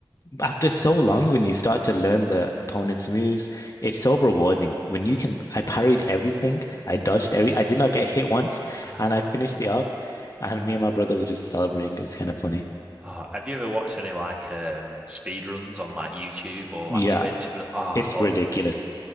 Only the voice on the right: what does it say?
<laughs>
Oh, have you ever watched any like um speed runs on like YouTube or like
Twitch? Oh,